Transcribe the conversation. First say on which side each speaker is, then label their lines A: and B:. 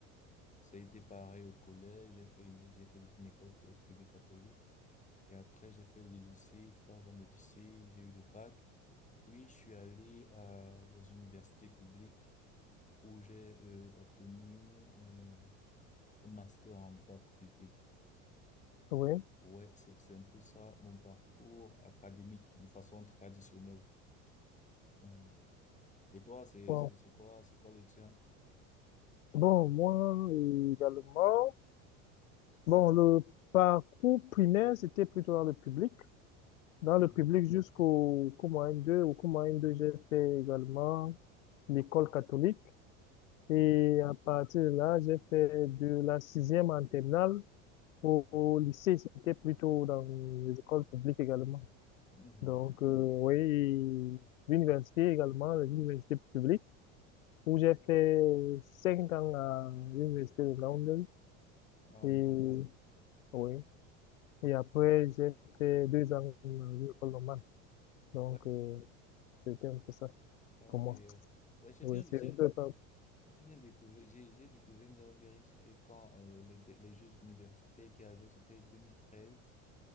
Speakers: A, on the left; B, on the left.
A: Ça a été pareil au collège, j'ai fait une, j'ai fait une école euh, privée catholique. Et après, j'ai fait le lycée, trois ans de lycée, j'ai eu le bac. Oui, je suis allé à, dans une université publique où j'ai euh, obtenu euh, un master en droit privé.
B: oui.
A: Ouais, c'est, c'est un peu ça mon parcours académique de façon traditionnelle. Mhm. Et toi, c'est,
B: Bon,
A: c'est, c'est quoi, c'est quoi le tien?
B: Bon, moi également. Bon, le parcours primaire, c'était plutôt dans le public. Dans
A: Mhm,
B: le public jusqu'au cours moyen 2. Au cours moyen 2, j'ai fait également l'école catholique. Et
A: mhm,
B: à partir de là, j'ai fait de la sixième en terminale Au, au lycée, c'était plutôt dans les écoles publiques également.
A: mhm.
B: Donc, euh, oui, l'université également, les universités publiques où j'ai fait cinq ans à l'université de Londres.
A: Ah,
B: Et,
A: donc, euh,
B: oui. Et après, j'ai fait deux ans à une école normale. Donc,
A: ouais,
B: euh, c'était un peu ça
A: ok.
B: pour moi.
A: Ouais, j'ai
B: Oui,
A: bien, j'ai,
B: c'est un peu ça.
A: j'ai bien découvert, j'ai, j'ai découvert, on dirait que c'était quand euh, les, les Jeux universitaires qu'il y avait, c'était 2013,